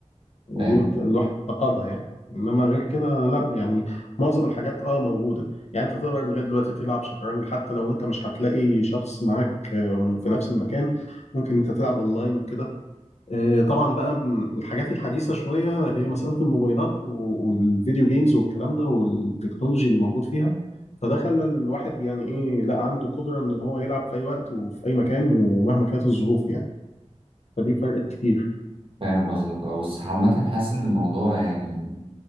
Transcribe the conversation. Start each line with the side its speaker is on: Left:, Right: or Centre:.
Left: دي
Right: فاهم
Left: انت- الواحد افتقدها يعني انما غير كده لا يعني معظم الحاجات اه موجوده يعني انت تقدر لغايه دلوقتي تلعب شطرنج حتى لو انت مش هتلاقي شخص معاك آه، في نفس المكان ممكن انت تلعب اونلاين وكده آه، طبعا بقى م- الحاجات الحديثه شويه هي مساله الموبايلات و- والفيديو جيمز والكلام ده والتكنولوجي اللي موجود فيها فده خلى الواحد يعني ايه لا عنده قدره ان هو يلعب في اي وقت وفي اي مكان ومهما كانت الظروف يعني فدي فرقت كتير
Right: فاهم قصدك اه بس عامة حاسس إن الموضوع يعني